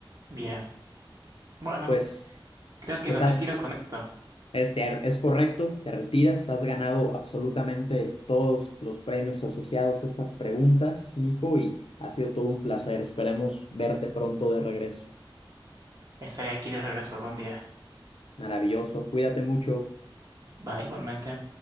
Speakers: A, on the right; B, on the left.
A: Bien. Bueno,
B: Pues,
A: creo que
B: pues
A: me retiro
B: has,
A: con esto.
B: este, es correcto, te retiras, has ganado absolutamente todos los premios asociados a estas preguntas, Nico, y ha sido todo un placer. Esperemos verte pronto de regreso.
A: Estaré aquí de regreso algún día.
B: Maravilloso, cuídate mucho.
A: Va, igualmente.